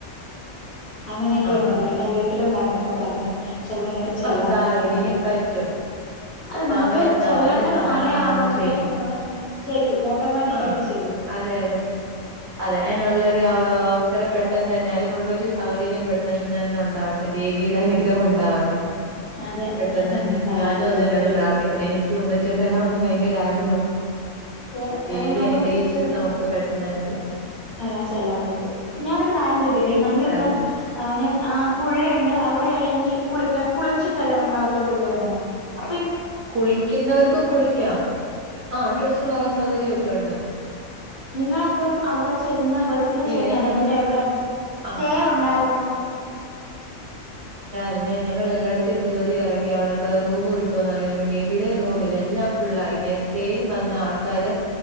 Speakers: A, on the left (about 55°); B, on the right (about 60°).
A: അങ്ങനെയൊക്കെ
B: ആഹ്
A: ഉണ്ടല്ലോ എന്റെ വീട്ടിലും പറഞ്ഞ് അപ്പ പറഞ്ഞു ചിലപ്പോ നിനക്ക് ചെല്ലാനുള്ള
B: അത് സാരവില്ല
A: സമയായിക്കാണും
B: ഇനി പറ്റും.
A: അത്
B: സമയൊക്കെ
A: നമ്മക്ക് ചെല്ലണ്ട
B: ആവും അതിന്റെ സമയമാവുമ്പോ
A: സമയം
B: നമ്മൾ
A: ആവുമ്പഴേ
B: ചെല്ലും
A: നമ്മള് ചെല്ലു, ഓട്ടോമാറ്റിക്ക്
B: ആഹ്
A: ആയിട്ട് ചെല്ലും
B: അതെ അതെ അതെ അയിനുള്ളൊരു അവ് അവസരം പെട്ടെന്ന് തന്നെ അതിനുള്ളൊരു സ് സാഹചര്യം പെട്ടന്ന് തന്നെ ഉണ്ടാവട്ടെ ദേവിടെ അനുഗ്രഹം ഉണ് ണ്ടാവട്ടെ
A: അതെ
B: പെട്ടെന്ന്
A: ഞാനെങ്ങും
B: തന്നെ
A: പ്രാർത്ഥിക്ക
B: ഞാനും അത് തന്നെ
A: എപ്പോഴെങ്കിലും
B: ആണ് പ് പ്രാർത്ഥിക്കണെ
A: ഞാനും
B: എനിക്കും ഒന്ന് ചെല്ലാണോന്ന് ഭയകര ആഗ്രഹം.
A: അങ്ങനെ ഏ,
B: ദേവി
A: അത് നമുക്ക്
B: അനുഗ്രഹിച്ചാൽ നമുക്ക് പെട് പെട്ടന്ന് തന്നെ അല്ല.
A: <unintelligible> ചെല്ലാൻ പറ്റും ഞാൻ ഒരു കാര്യം ചോദിക്കട്ടെ നമ്മൾ ഇപ്പം
B: അതെ
A: ആഹ് ഞാൻ ആ പുഴ ഉണ്ട് അവിടെ ഇറങ്ങി കുളിക്കാൻ കുളിച്ച് <unintelligible> അല്ലെ നമ്മൾ അകത്തോട്ട് കേറുന്നേ അപ്
B: കുളിക്കുന്നോർക്ക് കുളിക്കാം ആ ഡ്രസ്സ് മാറാൻ സൗകര്യം ഒക് ഒക്കെ ഒണ്ടോ?
A: നിങ്ങൾ അപ്പം അവിടെ ചെ ന്ന് ബസിൽ
B: ഇല്ല
A: ചെന്ന്
B: ഞങ്ങള്
A: എറങ്ങിട്ട് എവിടാ സ്റ്റേ
B: ആ
A: ഒണ്ടായിരുന്നോ?
B: ന്നെ ഞങ്ങൾ എല്ലാടുത്തും കേറി എറങ്ങി അവിടക്കെ റൂം കിട്ടുവോന്നു അറിയാൻ വേണ്ടി എവിടേം റൂമില്ലാ, എല്ലാം ഫുൾ ആയി, നേരത്തേ വന്ന ആൾക്കാര്